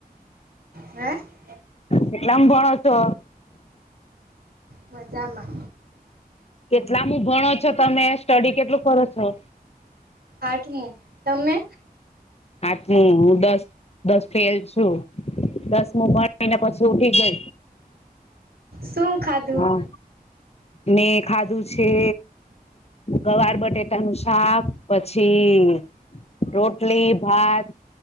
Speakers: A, on the right; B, on the left.
A: હે?
B: કેટલામ ભણો છો?
A: હું મજામાં.
B: કેટલામુ ભણો છો તમે, સ્ટડી કેટલું કરો છો?
A: આઠમું, તમે?
B: આઠમું, હું દસ દસ ફેલ છું દસમુું ભણીને પછી ઉઠી ગય.
A: શું ખાધું
B: હા, મેં ખાધું છે ગવાર બટેટાનું શાક પછી રોટલી, ભાત,